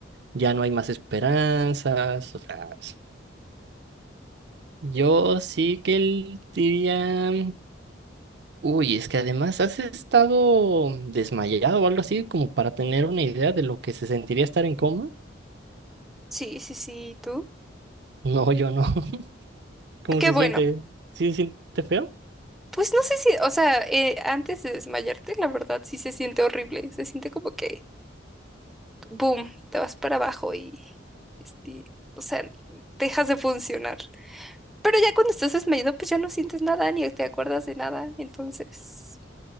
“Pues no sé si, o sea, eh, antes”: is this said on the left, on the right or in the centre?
Centre